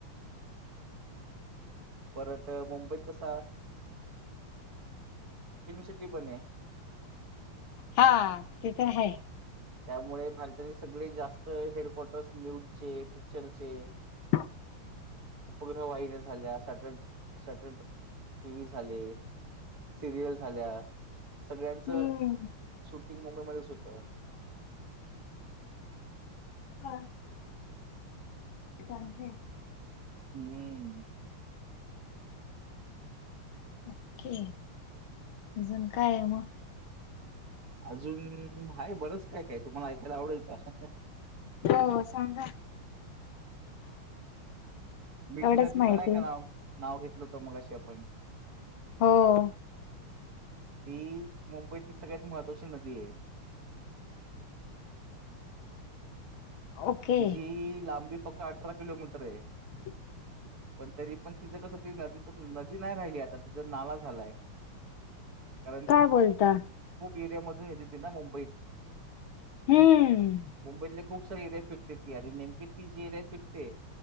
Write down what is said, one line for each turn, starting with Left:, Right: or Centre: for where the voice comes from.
Right: परत मुंबईत कसं... फिल्मसिटी पण आहे.
Left: हा, तिथं आहे.
Right: त्यामुळे भारताचे सगळे जास्त हेडक्वाटर्स न्यूजचे, पिक्चरचे
Left: <inaudible>
Right: उपग्रह वाहिन्या झाल्या, सटरिट-सॅटॅरीट टी-व्ही झाले. सिरियल झाल्या, सगळ्यांचं
Left: हम्म
Right: शूटिंग मुंबईमध्येच होतं.
Left: <inaudible> चांगले आहेत.
Right: हम्म.
Left: ओके, अजून काय आहे मग?
Right: अजून.. आहे, बरंच काय काय, तुम्हाला ऐकायला आवडेल का?
Left: हो, सांगा.
Right: मिठी
Left: एवढंच
Right: नदीचं
Left: माहिती
Right: नाही का नाव? नाव घेतलं होतं मगाशी आपण.
Left: हो.
Right: ती मुंबईतली सगळ्यात महत्त्वाची नदी आहे.
Left: ओके
Right: तिची लांबी फक्त अठरा किलोमीटर आहे.
Left: <inaudible>
Right: पण तरी पण, तिचं कसं ते, नदीचं, नदी नाही राहिली आता, तिचा नाला झालाय. कारण
Left: काय
Right: ती खूप,
Left: बोलता?
Right: खूप एरिया मधून येते ती ना मुंबईत.
Left: हम्म.
Right: मुंबईतल्या खूप साऱ्या एरियात फिरते ती, आणि नेमकी ती ज्या एरियात फिरते